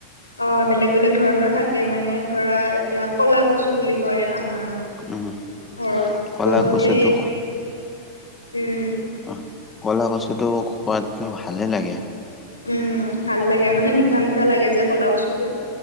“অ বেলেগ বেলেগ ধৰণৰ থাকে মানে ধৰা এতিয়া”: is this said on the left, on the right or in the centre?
Left